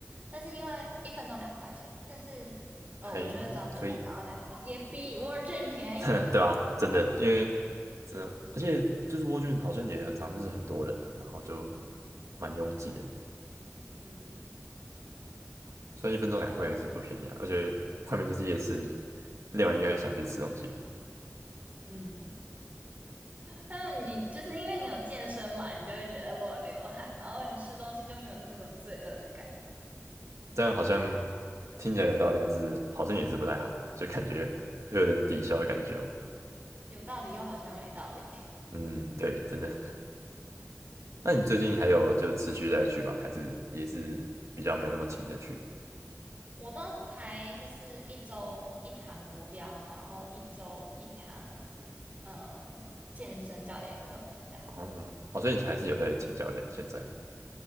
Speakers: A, on the right; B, on the right.
A: 但是因为一分钟两块钱，但是呃，
B: 还
A: 我觉得涨就算涨到两块，
B: 可以，
A: 也比 World Gym 便宜。
B: <laughs> 对啊，真的，因为真的，而且就是蜗苣好像也很常，就是很多人啊，然后就蛮拥挤的，
A: <laughs> 嗯，
B: 所以一分钟两块也是不便宜啊，
A: 对我，
B: 而且外面就是夜市，你练完应该也想去吃东西，
A: 嗯，还有你就是因为你有健身完，你就会觉得我有流汗，然后你吃东西就没有那么罪恶感，
B: 这样好像听起来有道理，但是好像也是不太好，就感觉会有点抵消的感觉哦。
A: 有道理又好像没道理。
B: 嗯，对，真的。<laughs> 那你最近还有就持续在去吗？还是也是比较没有那么勤的去？
A: 我都排就是一周一堂国标，然后一周一堂，嗯、健身教练课这样，
B: 哦，好像你还是有在请教练现在。